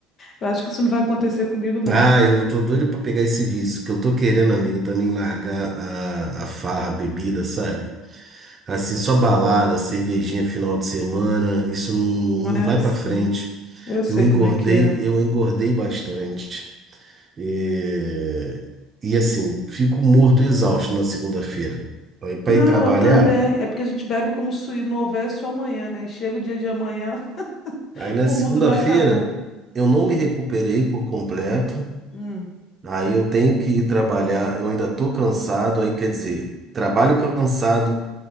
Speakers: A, on the left (about 40°); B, on the right (about 30°).
A: Eu acho que isso não vai acontecer comigo, não.
B: Ah, eu tô doido pra pegar esse vício, que eu tô querendo, amigo, também largar a, a farra, a bebida, sabe? Assim, só balada, cervejinha final de semana, isso não, não
A: É,
B: vai
A: eu sei.
B: pra frente.
A: Eu sei
B: Eu engordei,
A: como é que é.
B: eu engordei bastante. É, E assim, fico morto e exausto na segunda-feira. Aí para
A: Não,
B: ir trabalhar,
A: eu também. É porque a gente bebe como se não houvesse o amanhã, né? Chega o dia de amanhã, <laughs>
B: aí na
A: o
B: segunda-feira
A: mundo não acabou.
B: eu não me recuperei por completo.
A: Hum,
B: Aí eu tenho que ir trabalhar, eu ainda tô cansado, aí quer dizer, trabalho cansado,